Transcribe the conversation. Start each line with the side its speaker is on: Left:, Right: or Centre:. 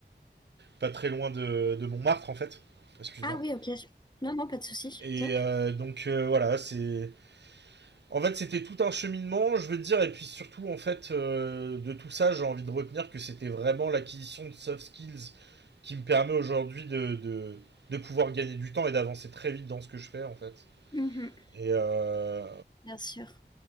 Right: pas très loin de, de Montmartre en fait. Excuse-moi.
Left: Ah oui, ok. Non, non, pas de souci.
Right: Et
Left: Top.
Right: euh, donc euh, voilà, c'est. En fait, c'était tout un cheminement, je veux dire, et puis surtout, en fait, euh, de tout ça, j'ai envie de retenir que c'était vraiment l'acquisition de soft skills qui me permet aujourd'hui de, de, de pouvoir gagner du temps et d'avancer très vite dans ce que je fais, en fait.
Left: Mhm.
Right: Et, euh,
Left: Bien sûr.